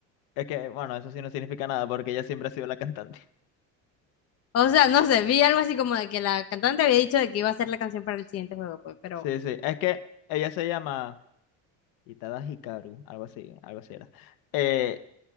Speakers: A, on the left; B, on the left.
A: es que, bueno, eso sí no significa nada porque ella siempre ha sido la cantante. <laughs>
B: O sea, no sé, vi algo así como de que la cantante había dicho de que iba a ser la canción para el siguiente juego, pues, pero.
A: Sí, sí. Es que ella se llama Itada Hikaru, algo así, algo así era. Eh,